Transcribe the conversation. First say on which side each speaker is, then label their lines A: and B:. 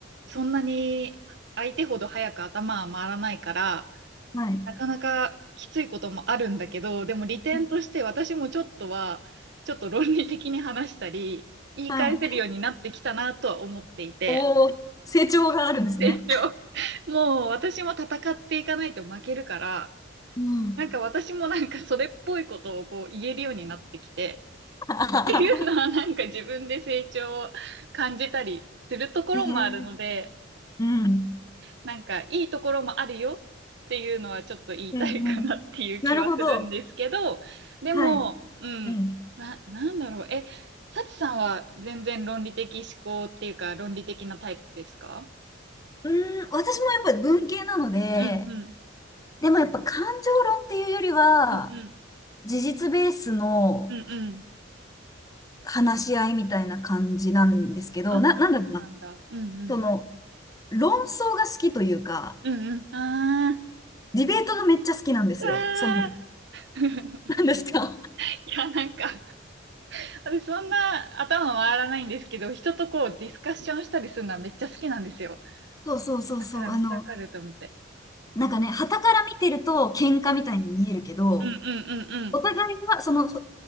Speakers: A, on the right; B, on the left.
A: そんなに相手ほど早く頭は回らないから、
B: はい。
A: なかなかきついこともあるんだけど、でも利点として私もちょっとは、
B: うん
A: ちょっと論理的に話したり、言い返せるようになってきたなとは思っていて、
B: はい。おお、成長があるんですね。
A: 成長。もう私も戦っていかないと負けるから、
B: うん。
A: なんか私もなんかそれっぽいことをこう言えるようになってきて、
B: <laughs>
A: っていうのはなんか自分で成長を感じたりするところもあるので、
B: へえ。うん。
A: なんかいいところもあるよっていうのはちょっと言いたいかなっていう気はするんですけど、
B: うんうん。なるほど。
A: でも、
B: はい。
A: うん、
B: うん。
A: な、なんだろう、え、サチさんは全然論理的思考っていうか論理的なタイプですか
B: うーん、私もやっぱり文系なので、
A: うんうん。
B: でもやっぱ感情論っていうよりは、
A: うん
B: 事実ベースの
A: うん。うんうん。
B: 話し合いみたいな感じなんですけど、
A: あ、
B: な、なんだろうな。
A: そうなんだ。うんうん。
B: その、論争が好きというか、
A: うんうん。あ
B: ディベートがめっちゃ好きなんですよ。
A: ーあ
B: その、
A: ー。<laughs>
B: なんですか
A: いや、なんか、私そんな頭回らないんですけど、人とこうディスカッションしたりするのはめっちゃ好きなんですよ。
B: <laughs> そうそうそうそう。
A: だからめっちゃわかると思って。
B: あの、なんかね、傍から見てると喧嘩みたいに見えるけど、
A: うんうんうん
B: お互いは、その、当事